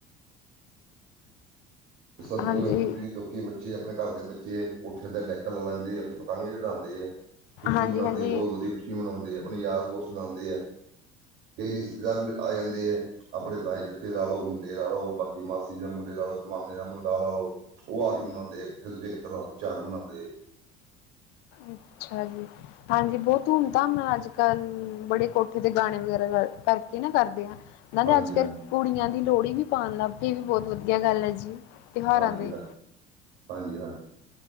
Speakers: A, on the right; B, on the left.
A: ਕੀ
B: ਹਾਂਜੀ,
A: ਲੋਕੀ <unintelligible> ਦੇ, ਆਪਣੇ ਘਰ ਦੇ ਬੱਚੇ, ਕੋਠੇ ਤੇ ਡੈਕ ਲਾ ਲੈਂਦੇ ਆ। <inaudible> ਪਤੰਗ ਚੜਾਉਂਦੇ। ਖੁਸ਼ੀ
B: ਹਾਂਜੀ,
A: ਮਨਾਂਦੇ
B: ਹਾਂਜੀ
A: ਆ, ਬਹੁਤ ਵਧੀਆ ਖੁਸ਼ੀ ਮਨਾਂਦੇ ਆ, ਆਪਣੇ ਯਾਰ ਦੋਸਤ ਮਨਾਂਦੇ ਆ। ਕਈ ਰਿਸ਼ਤੇਦਾਰ ਵੀ ਆ ਜਾਂਦੇ ਹੈ। ਆਪਣੇ ਤਾਏ-ਚਾਚੇ ਲਾ ਲੋ, ਮੁੰਡੇ ਲਾ ਲੋ, ਬਾਕੀ ਮਾਸੀ ਜਾਂ ਮੁੰਡੇ ਲਾ ਲੋ। ਮਾਮੇ ਦਾ ਮੁੰਡਾ ਲਾ ਲੋ, ਉਹ ਆ ਕੇ ਮਨਾਂਦੇ ਇੱਕ ਦੂਜੇ ਘਰ ਚਾਅ ਆ ਕੇ ਮਨਾਂਦੇ ਆ।
B: ਅੱਛਾ ਜੀ। ਹਾਂਜੀ, ਬਹੁਤ ਧੂਮ ਧਾਮ ਨਾਲ ਅੱਜ ਕੱਲ ਬੜੇ ਕੋਠੇ ਤੇ ਗਾਣੇ ਵਗੈਰਾ ਕਿ ਨਾ ਕਰਦੇ ਆ ਨਾ, ਤੇ
A: ਹਾਂਜੀ
B: ਅੱਜ-ਕੱਲ
A: ਹਾਂਜੀ
B: ਕੁੜੀਆਂ ਦੀ ਲੋਹੜੀ ਵੀ ਪਾਣ ਲੱਗ ਪਏ, ਇਹ ਵੀ ਬਹੁਤ ਵਧੀਆ ਗੱਲ ਐ ਜੀ। ਤਿਉਹਾਰਾਂ
A: ਹਾਂਜੀ-ਹਾਂਜੀ,
B: ਦੇ
A: ਹਾਂਜੀ-ਹਾਂਜੀ।